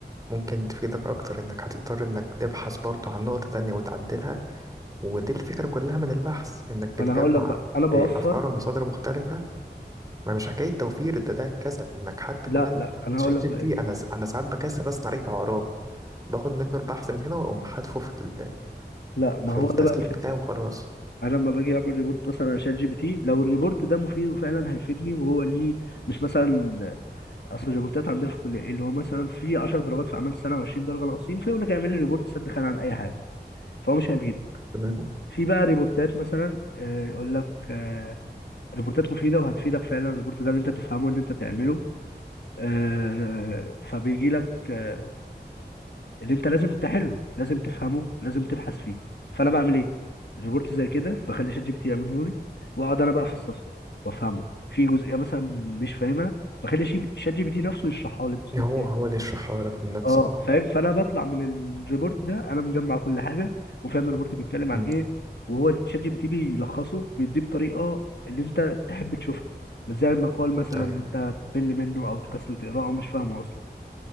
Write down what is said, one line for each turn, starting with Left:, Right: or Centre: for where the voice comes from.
Right: ممكن تفيدك أكتر إنك هتضطر إنك تبحث برضه عن نقطة تانية وتعدلها ودي الفكرة كلها من البحث إنك بتجمع
Left: ما انا هقول لك بقى انا بوفر
Right: آه، أفكار ومصادر مختلفة ما مش حكاية توفير ده ده كسل إنك حتى
Left: لا
Right: كمان
Left: لا انا
Right: شات
Left: هقول لك
Right: جي
Left: بقى
Right: بي تي
Left: ايه
Right: أنا س- أنا ساعات بكسل أصلا أراجع وراه باخد منه البحث من هنا وأقوم حاتفه في ال-
Left: لا ما
Right: في
Left: هو
Right: التسليم
Left: ده بقى الفكره
Right: بتاعي وخلاص
Left: انا لما باجي اعمل ريبورت مثلا على شات جي بي تي لو الريبورت ده مفيد وفعلا هيفيدني وهو ليه مش مثلا اصل الريبورتات عندنا في الكليه اللي هو مثلا في 10 درجات في اعمال السنه و20 درجه ناقصين فيقول لك اعمل لي ريبورت سد خانه عن اي حاجه فهو مش هيفيدك
Right: تمام.
Left: في بقى ريبورتات مثلا آه، يقول لك آه، ريبورتات مفيده وهتفيدك فعلا الريبورت ده اللي انت تفهمه اللي انت تعمله آه، فبيجي لك آه، اللي انت لازم تحله لازم تفهمه لازم تبحث فيه فانا بعمل ايه ريبورت زي كده بخلي شات جي بي تي يعمله لي واقعد انا بقى افصصه وافهمه في جزئيه مثلا مش فاهمها بخلي شي- شات جي بي تي نفسه يشرحها لي باسلوب
Right: هو
Left: تاني
Right: هو اللي يشرحها لك من نفسه
Left: اه
Right: اه
Left: فاهم فانا بطلع من الريبورت ده انا مجمع كل حاجه وفاهم الريبورت بيتكلم عن
Right: مم.
Left: ايه وهو شات جي بي تي بيلخصه بيديه بطريقه اللي انت تحب تشوفها مش زي المقال مثلا
Right: ايوه
Left: اللي انت تمل منه او تكسل تقراه او مش فاهمه اصلا